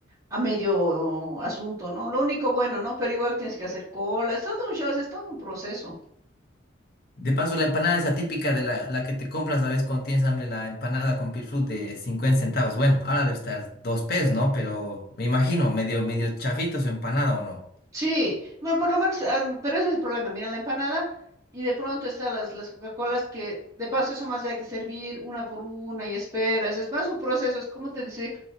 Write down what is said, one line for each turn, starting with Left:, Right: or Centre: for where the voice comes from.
Right: a medio asunto, ¿no? Lo único bueno, ¿no? Pero igual tienes que hacer cola, es todo un show, es todo un proceso.
Left: De paso, la empanada esa típica de la, la que te compras, ¿sabes? Cuando tienes hambre, la empanada con pilfrut de 50 centavos. Bueno, ahora debe estar dos pesos, ¿no? Pero me imagino, medio, medio chafita su empanada, ¿o no?
Right: Sí, bueno, por lo menos, ah, pero ese es el problema, mira la empanada y de pronto están las, las Coca-Colas que, de paso, eso más hay que servir una por una y esperas, es más un proceso, es como te decir,